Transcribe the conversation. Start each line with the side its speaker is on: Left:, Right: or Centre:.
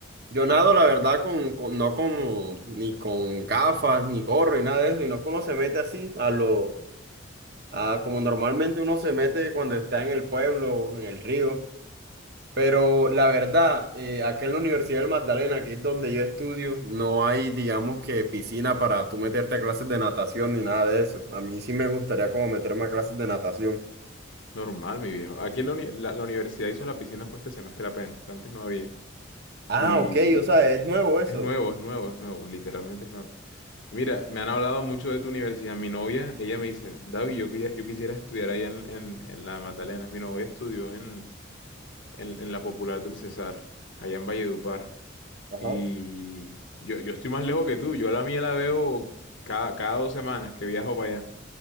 Right: yo nado, la verdad, con, con- no con ni con gafas, ni gorro, y nada de eso, y no uno se mete así a lo, Ah, como normalmente uno se mete cuando está en el pueblo o en el río. Pero la verdad, eh, acá en la Universidad del Magdalena, que es donde yo estudio, no hay, digamos que, piscina para tú meterte a clases de natación ni nada de eso. A mí sí me gustaría como meterme a clases de natación.
Left: Normal, mi viejo. Aquí en la, uni- la- la universidad hizo la piscina fue este semestre apenas, antes no había.
Right: Ah,
Left: Y
Right: ok, o sea, es nuevo eso.
Left: Es nuevo, es nuevo, es nuevo, literalmente es nuevo. Y mira, me han hablado mucho de tu universidad. Mi novia, ella me dice, David, yo, quería- yo quisiera estudiar allá en, en- en la Magdalena. Mi novia estudió en, en- en la Popular del Cesar, allá en Valledupar.
Right: Ajá.
Left: Y yo, yo estoy más lejos que tú. Yo a la mía la veo cada, cada dos semanas que viajo para allá.